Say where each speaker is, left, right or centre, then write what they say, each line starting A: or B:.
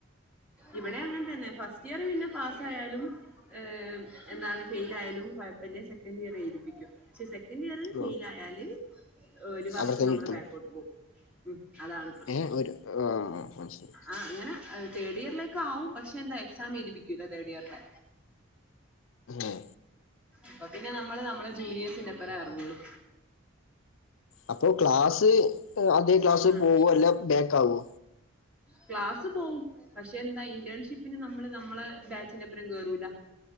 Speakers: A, in the centre; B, on the left.
A: ഇവിടെ അങ്ങൻ തന്നെ. ഫസ്റ്റ് ഇയർ പിന്നെ പാസ്സായാലും ഏഹ് എന്താണ് ഫെയ്ലായാലും കൊഴപ്പല്ല്യ സെക്കൻഡ് ഇയർ എയ്തിപ്പിക്കും. പക്ഷെ സെ ക്കൻ്റിയറ്
B: ആ
A: ഫെയ്ലായാല് ഒരു വർഷം
B: അവിടെ തന്നെ
A: നമ്മള്
B: ഇരുത്തും
A: ബാക്കോട്ട് പോവും ഉം അതാണ് പ്രശ്നം
B: ഏ ഒരു ആ മനസ്സിലായി
A: ആഹ് അങ്ങനെ തേർഡ് ഇയർലേക്കാവും. പക്ഷെ എന്താ എക്സാം എഴ്തിപ്പിക്കൂല തേർഡ് ഇയർൻ്റെ
B: ഏ
A: അപ്പ പിന്നെ നമ്മള് നമ്മളെ ജൂനിയേഴ്സിന്റെ ഒപ്പരേ എറങ്ങൊള്ളു.
B: അപ്പോ ക്ലാസ് അതേ ക്ലാസ്
A: ഉം
B: പോവോ അല്ല ബേക്കാവോ
A: ക്ലാസ് പോവും പക്ഷെ എന്താ ഇന്റേൺഷിപ്പിന് നമ്മള് നമ്മളെ ബാച്ചിന്റെപ്പരം കേറൂല